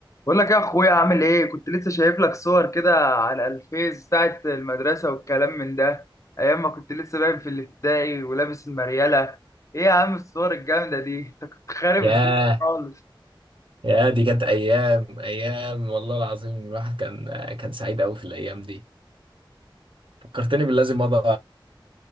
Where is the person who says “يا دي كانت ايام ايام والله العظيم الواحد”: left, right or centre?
Right